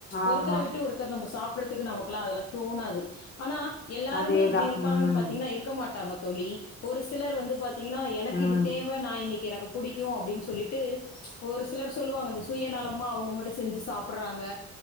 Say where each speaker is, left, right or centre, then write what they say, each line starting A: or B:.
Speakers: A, on the left; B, on the left.
A: ஆமா
B: ஒருத்தர விட்டு ஒருத்தர் நம்ம சாப் டறதுகு நமக்கெல்லா அதெல்லா தோணாது ஆனா எல்லாருமே
A: அதேதா
B: இப்டி இருப்பாங்கன்னு
A: ம்
B: பாத்தீங்கன்னா இருக்க மாட்டாங்க தோழி ஒரு சிலர் வந்து பாத் திங்ன்னா எனக்கு
A: ம்
B: இது தேவ நா இன்னிக்கு எனக்கு புடிக்கு அப்டின்னு சொ சொல்லிட்டு ஒரு சிலர் சொல்லுவாங்க அங்க சுயநலமா அவங்க மட்டு செஞ்சு சாப்படறாங்க